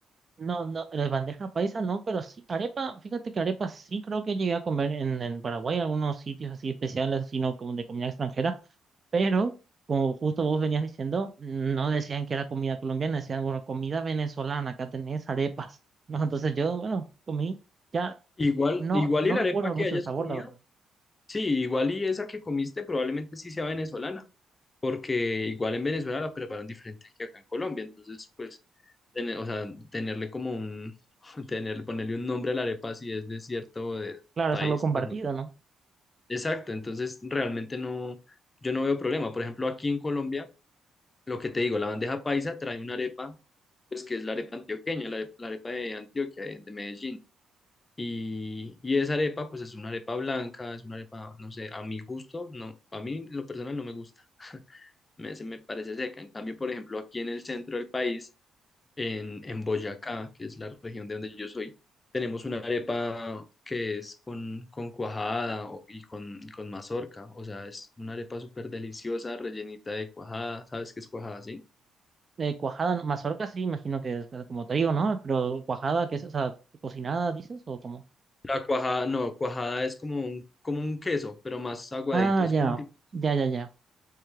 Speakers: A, on the right; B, on the left.
A: No, no, las bandeja paisa no, pero sí, arepa, fíjate que arepa sí creo que llegué a comer en, en Paraguay, algunos sitios así especiales, sino como de comida extranjera Pero, como justo vos venías diciendo, no decían que era comida colombiana, decían, bueno, comida venezolana, acá tenés arepas, ¿no? Entonces yo, bueno, comí, ya
B: Igual,
A: no,
B: igual
A: no
B: y la
A: recuerdo
B: arepa que
A: mucho
B: hayas
A: el sabor,
B: comido.
A: la verdad.
B: Sí, igual y esa que comiste probablemente sí sea venezolana, porque igual en Venezuela la preparan diferente que acá en Colombia, entonces pues, tener- o sea, tenerle como un, <laughs> tener, ponerle un nombre a la arepa si es de cierto eh,
A: Claro,
B: país,
A: es algo compartido,
B: pues no.
A: ¿no?
B: Exacto, entonces realmente no, yo no veo problema. Por ejemplo, aquí en Colombia lo que te digo, la bandeja paisa trae una arepa, pues que es la arepa antioqueña, la, are- la arepa de Antioquia, de, de Medellín. Y, y esa arepa, pues es una arepa blanca, es una arepa, no sé, a mi gusto, no, a mí lo personal no me gusta, me, se me parece seca. En cambio, por ejemplo, aquí en el centro del país, en, en Boyacá, que es la región de donde yo soy, tenemos una arepa que es con, con cuajada o- y con, con mazorca, o sea, es una arepa súper deliciosa, rellenita de cuajada, ¿sabes qué es cuajada, sí?
A: Eh, cuajada, no- mazorca sí, imagino que es pues, como trigo, ¿no? Pero cuajada, qué es, o sea, cocinada, dices, o como,
B: La cuajada, no, cuajada es como un, como un queso, pero más aguadito,
A: ah,
B: es
A: ya,
B: como un tipo.
A: ya, ya, ya.